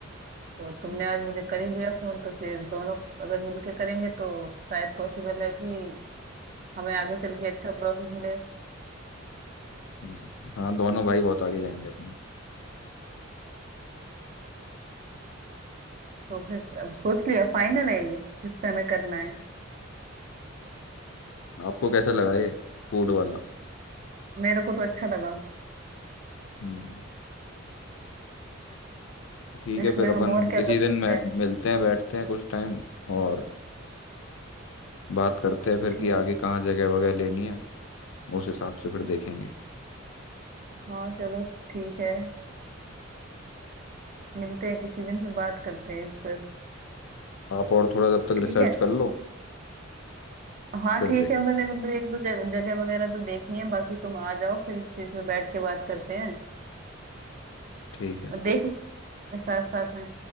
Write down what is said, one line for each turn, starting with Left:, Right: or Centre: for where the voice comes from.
Right: तो तुमने
Left: हम्म,
Right: आज मुझे कर ही लिया फोन तो फिर दोनों अगर मिलके करेंगे तो शायद पॉसिबल है कि हमें आगे चल के अच्छा प्रॉफिट मिले
Left: हम्म। हाँ दोनों भाई बहुत आगे जाएंगे अपने
Right: तो फिर अब सोच लिया फाइनल है ये जिस पे हमें करना है
Left: आपको कैसा लगा ये फूड वाला
Right: मेरे को तो अच्छा लगा
Left: हम्म तो ठीक है
Right: इसमें
Left: फिर अपन
Right: हम और क्या
Left: किसी
Right: कर सकते
Left: दिन मैं- मिलते हैं बैठते हैं कुछ टाइम और बात करते हैं फिर कि
Right: हैं
Left: आगे कहाँ जगह वगैरह लेनी है उस हिसाब से फिर देखेंगे
Right: हाँ चलो ठीक है मिलते हैं किसी दिन फिर बात करते हैं इस पर
Left: आप और थोड़ा तब तक
Right: ठीक
Left: रिसर्च
Right: है
Left: कर लो
Right: हाँ
Left: फिर
Right: ठीक
Left: देख
Right: है मैंने मतलब एक दो जग- जगह वगैरह तो देखी है बाकी तुम आ जाओ फिर इस चीज पे बैठ के बात करते हैं
Left: ठीक है
Right: और देख लेंगे साथ साथ में